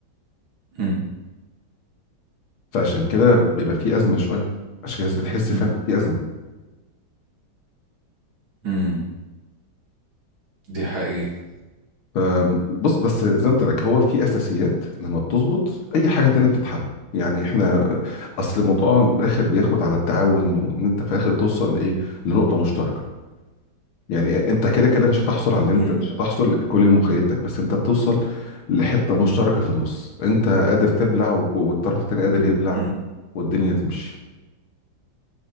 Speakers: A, on the right (about 70°); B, on the left (about 75°).
A: مم.
B: فعشان كده بيبقى في أزمة شوية عشان كده الناس بتحس
A: مم.
B: فعلا في أزمة
A: مم. دي حقيقة
B: آم، بص بس زي ما قلت لك هو في أساسيات لما بتظبط أي حاجة تانية بتتحل يعني احنا أصل الموضوع في الآخر بياخد على التعاون وإن أنت في الآخر توصل لإيه؟ لنقطة مشتركة يعني انت كده كده مش هتحصل على اللي انت
A: مم.
B: مش هتحصل كل مخيلتك بس انت بتوصل لحتة مشتركة في النص انت قادر تبلع وك- والطرف التاني قادر يبلع
A: مم.
B: والدنيا تمشي